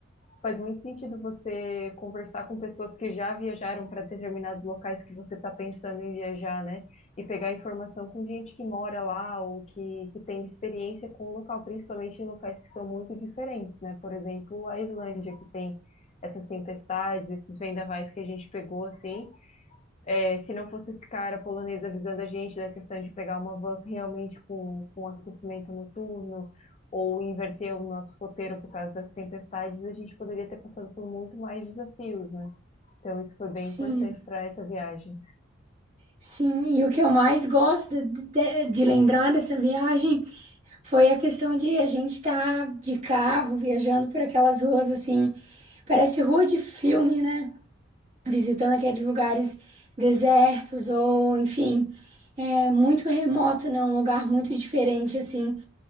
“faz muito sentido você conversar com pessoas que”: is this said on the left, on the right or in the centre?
Left